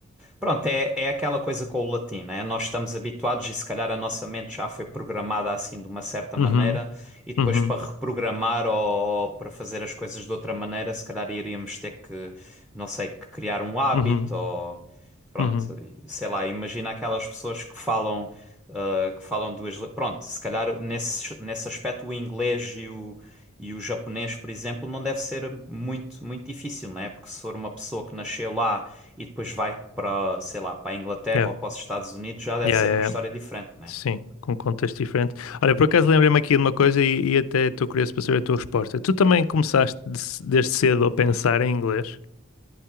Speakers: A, in the centre; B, on the left.
A: Pronto, é, é aquela coisa com o latim, né? Nós estamos habituados e se calhar a nossa mente já foi programada assim de uma certa
B: uhum,
A: maneira e depois
B: uhum,
A: para reprogramar ou, ou para fazer as coisas de outra maneira, se calhar iríamos ter que, não sei, que criar um hábito
B: uhum,
A: ou. Pronto,
B: uhum.
A: sei lá, imagina aquelas pessoas que falam, ah, que falam duas. li- Pronto, se calhar nesse, nesse aspecto o inglês e o, e o japonês, por exemplo, não deve ser muito, muito difícil, né? Porque se for uma pessoa que nasceu lá e depois vai para, sei lá, para a Inglaterra
B: Yeah,
A: ou para os Estados Unidos, já deve
B: yeah,
A: ser
B: yeah,
A: uma história
B: yeah.
A: diferente, né?
B: Sim, com um contexto diferente. Olha, por acaso lembrei-me aqui de uma coisa e, e até estou curioso para saber a tua resposta. Tu também começaste de- desde cedo a pensar em inglês?